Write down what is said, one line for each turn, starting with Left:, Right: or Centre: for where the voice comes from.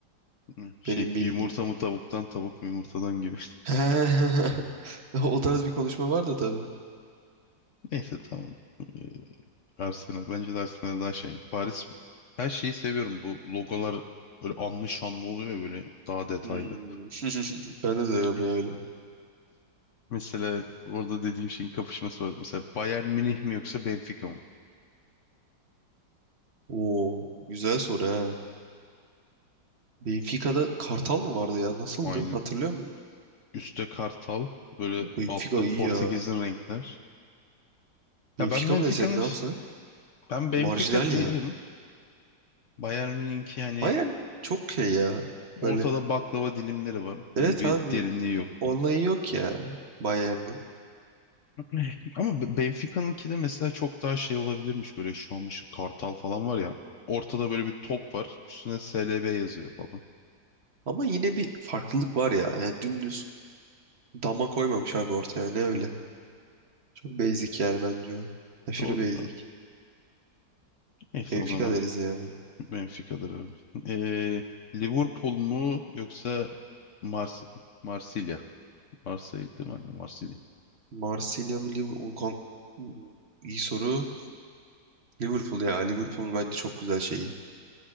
Left: Hı, Şey
Right: Benim bildiğim.
Left: yumurta mı tavuktan tavuk mu yumurtadan gibi.
Right: <laughs> O tarz bir konuşma var da tabii.
Left: Neyse tamam. Ee, Arsenal. Bence de Arsenal daha şey. Paris her şeyi seviyorum. Bu logolar böyle anlı şanlı oluyor ya böyle daha detaylı.
Right: Hmm. <laughs> Ben de seviyorum
Left: <laughs>
Right: ya öyle.
Left: Mesela orada dediğim şeyin kapışması var. Mesela Bayern Münih mi yoksa Benfica mı?
Right: Oo, güzel soru ha. Benfica'da Kartal mı vardı ya? Nasıldı?
Left: Aynen.
Right: Hatırlıyor musun?
Left: üstte Kartal, böyle
Right: Benfica
Left: altta
Right: iyi
Left: Portekiz'in
Right: ya.
Left: renkler. Ya
Right: Benfica
Left: ben Benfica'nın
Right: mı desek ne
Left: ş-
Right: yapsak?
Left: ben Benfica
Right: Marjinal
Left: derim.
Right: ya.
Left: Bayern Münih'inki hani
Right: Bayern çok şey ya.
Left: ortada
Right: Böyle
Left: baklava dilimleri var. Hani
Right: evet
Left: bir
Right: abi
Left: derinliği yok.
Right: olayı yok ya Bayern'in.
Left: Eh, Ama Be- Benfica'nınki de mesela çok daha şey olabilirmiş böyle şu an şu Kartal falan var ya. Ortada böyle bir top var. Üstüne SLB yazıyor falan.
Right: Ama yine bir farklılık var ya. Yani dümdüz dama koymamış abi ortaya. Ne öyle? Çok basic yani bence o. Aşırı
Left: Doğru
Right: basic.
Left: doğru. İşte
Right: Benfica
Left: o zaman
Right: deriz ya.
Left: Benfica'dır abi. Ee, Liverpool mu yoksa Mars Marsilya? Marsilya değil mi? Aynen Marsilya.
Right: Marsilya mı Liverpool? Kon- İyi soru. Liverpool ya. Liverpool'un bence çok güzel şeyi.